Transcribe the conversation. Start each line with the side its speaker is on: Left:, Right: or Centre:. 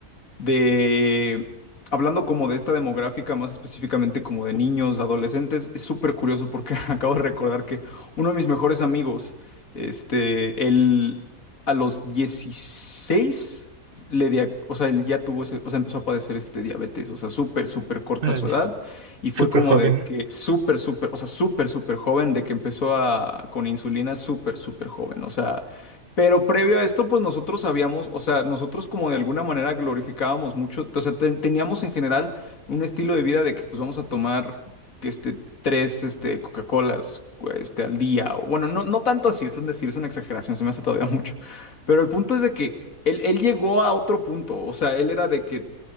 Left: de, hablando como de esta demográfica, más específicamente como de niños, adolescentes, es súper curioso porque <laughs> acabo de recordar que uno de mis mejores amigos, este, él a los 16 le dia- o sea, él ya tuvo ese- o sea, empezó a padecer este diabetes, o sea, súper, súper corta
Right: Órale.
Left: su edad y fue
Right: Súper
Left: como
Right: joven.
Left: de que súper, súper, o sea, súper, súper joven, de que empezó a, con insulina súper, súper joven, o sea, pero previo a esto, pues nosotros sabíamos, o sea, nosotros como de alguna manera glorificábamos mucho, o sea, ten- teníamos en general un estilo de vida de que pues vamos a tomar que este tres este Coca-Colas este al día o bueno, no no tanto así, es un decir, es una exageración, se me hace todavía mucho. Pero el punto es de que él él llegó a otro punto, o sea, él era de que